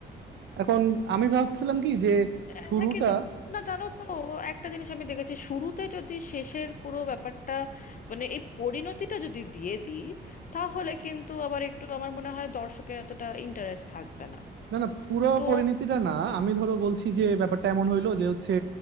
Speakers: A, on the right; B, on the left.
A: এখন আমি ভাবছিলাম কি যে
B: হ্যাঁ
A: শুরুটা
B: কিন্তু না জানো তো একটা জিনিস আমি দেখেছি শুরুতে যদি শেষের পুরো ব্যাপারটা মানে এই পরিণতিটা যদি দিয়ে দিই তাহলে কিন্তু আবার একটু আমার মনে হয় দর্শকের এতটা ইন্টারেস্ট থাকবে না
A: না না পুরো
B: তো
A: পরিণতিটা না আমি ধরো বলছি যে ব্যাপারটা এমন হইলো যে হচ্ছে